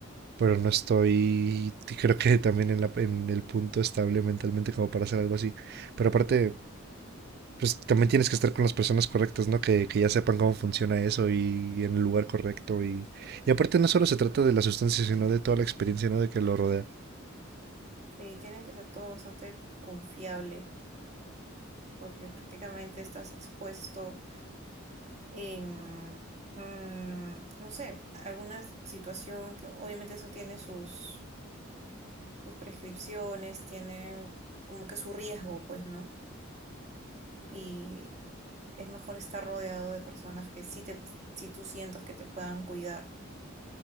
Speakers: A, on the right; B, on the right.
A: pero no estoy, creo que también en la, en el punto estable mentalmente como para hacer algo así. Pero aparte... pues también tienes que estar con las personas correctas, ¿no? Que, que ya sepan cómo funciona eso y, en el lugar correcto. Y, y aparte no solo se trata de la sustancia, sino de toda la experiencia, ¿no? De que lo rodea.
B: Sí, tiene que ser todo bastante confiable, porque prácticamente estás expuesto, em, mm, no sé, alguna situación, que obviamente eso tiene sus, sus prescripciones, tiene como que su riesgo, pues, ¿no? Y es mejor estar rodeado de personas que sí te, si tú sientas que te puedan cuidar.